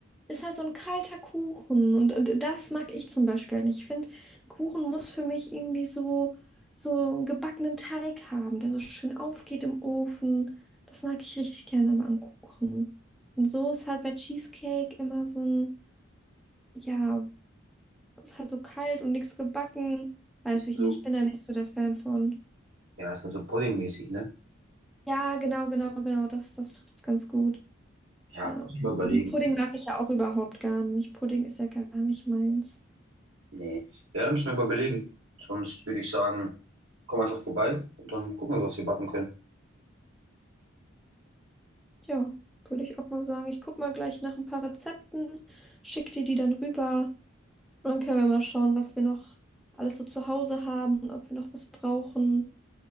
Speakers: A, in the centre; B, on the right.
A: ist halt so ein kalter Kuchen und, und das mag ich zum Beispiel halt nicht. Ich finde, Kuchen muss für mich irgendwie so, so einen gebackenen Teig haben, der so schön aufgeht im Ofen. Das mag ich richtig gerne aber an Kuchen. Und so ist halt bei Cheesecake immer so ein, ja, ist halt so kalt und nichts gebacken. Weiß
B: Ist
A: ich
B: halt so,
A: nicht, bin da nicht so der Fan von.
B: ja, ist halt so puddingmäßig, ne?
A: Ja, genau, genau, genau, das, das trifft's ganz gut.
B: Ja,
A: Ja.
B: müssen wir überlegen.
A: Und Pudding mag ich ja auch überhaupt gar nicht. Pudding ist ja gar nicht meins.
B: Nee. Ja, da müssen wir überlegen. Sonst würde ich sagen, komm einfach vorbei und dann gucken wir, was wir backen können.
A: Ja, würde ich auch mal sagen. Ich guck mal gleich nach ein paar Rezepten, schick dir die dann rüber und dann können wir mal schauen, was wir noch alles so zu Hause haben und ob wir noch was brauchen.